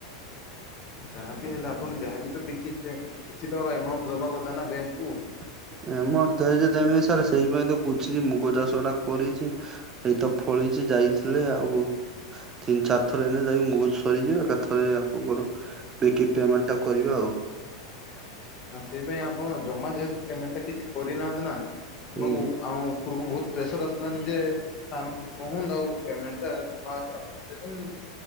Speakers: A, on the left (about 40°); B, on the right (about 25°).
A: ଯାହାବି ହେଲା ଆପଣ ଯାହାବି ତ ବିକିଥିବେ କିଛି ତ ଏମାଉଣ୍ଟ୍ ଦବା କଥା ନା ବ୍ୟାଙ୍କକୁୁ।
B: <inaudible> ସେଇପାଇଁ ତ ଗୁଛିଛି ମୁଗ ଚାଷ ଟା କରିଚି ଏଇତ ଫଳିଚି ଯାଇଥିଲେ ଆଉ ତିନି ଚାରି ଥର ଏନେ ଯାଇକି ମୁଗ ସରିଯିବେ ଏକା ଥରେ ଆପଣଙ୍କର ବିକି ପେମେଣ୍ଟଟା କରିବା ଆଉ।
A: ଆ ସେଇ ପାଇଁ ଆପଣ ଜମା ଯେହେତୁ ପେମେଣ୍ଟା କିଛି କରିନାହାନ୍ତି ନା, ଆପଣଙ୍କୁ
B: ହୁଁ
A: ଆଉଁ ଉପୁରୁକୁ ବହୁତ ପ୍ରେସର ଆସିଲାନି ଯେ ସାରଙ୍କୁ କୁହନ୍ତୁ ଆଉ ପେମେଣ୍ଟ୍ ଟା ଜମା ଆପଣ ଦେଲେନି।